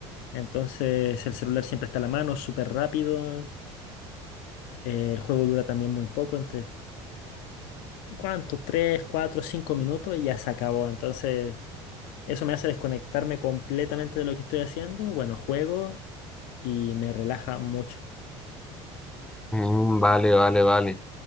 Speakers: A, on the left; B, in the centre.
A: Entonces el celular siempre está a la mano, súper rápido. eh, el juego dura también muy poco, entre, ¿cuánto? tres, 4, 5 minutos y ya se acabó. Entonces Eso me hace desconectarme completamente de lo que estoy haciendo. Bueno, juego y me relaja mucho.
B: mm, vale, vale, vale.